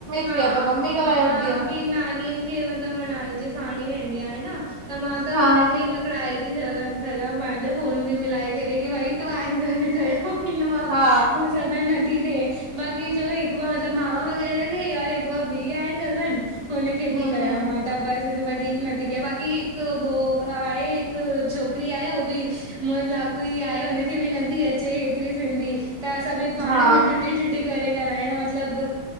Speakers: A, on the right; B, on the right.
A: हा,
B: फ्री आ त मम्मी ॻाल्हाए
A: मां
B: वठंदी आ।
A: भी नानीअ खे कि मतलब मा नानी जे साण ही रेहंदीं आय न त मां त
B: हा
A: हुनजे ई पकड़ाए थी सघां सघां पंहिंजो फोन बि मिलाए करे, कि भई तूं गालियू कयो हिन मां
B: हा
A: बि <unintelligible> नथी थे <unintelligible> <unintelligible> हिकु बार मतिलब मामा वगैर जी, हिक ॿ ॿी आहे कज़न हुनखे
B: हूं
A: ती कयां
B: हूं
A: मां त बस <unintelligible> नती कया बाक़ी हिकु वो आहे हिकु छोकिरी आहे हो भी मु वागुंर ई आहे हुनखे बि नथी अचे हेतिरी सिंधी त असां बि पाण
B: हा
A: में टुटी टुटी करे ॻाल्हायूं मतलब